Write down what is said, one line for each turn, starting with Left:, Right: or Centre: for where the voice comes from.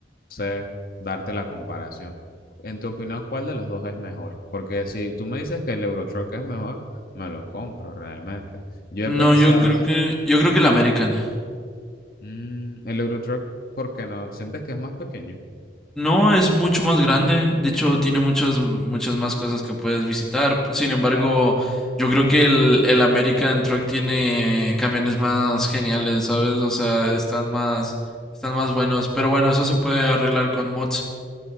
Left: sé darte la comparación. En tu opinión, ¿cuál de los dos es mejor? Porque si tú me dices que el Eurotruck es mejor, me lo compro realmente. Yo
Centre: No,
Left: he pensado,
Centre: yo creo que, yo creo
Left: ujú,
Centre: que el American.
Left: mm, el Eurotruck, ¿por qué no? ¿Sientes que es más pequeño?
Centre: No, es mucho más grande. De hecho, tiene muchas, muchas más cosas que puedes visitar. Sin embargo, yo creo que el, el American Truck tiene camiones más geniales, ¿sabes? O sea, están más, están más buenos. Pero bueno, eso se puede arreglar con mods.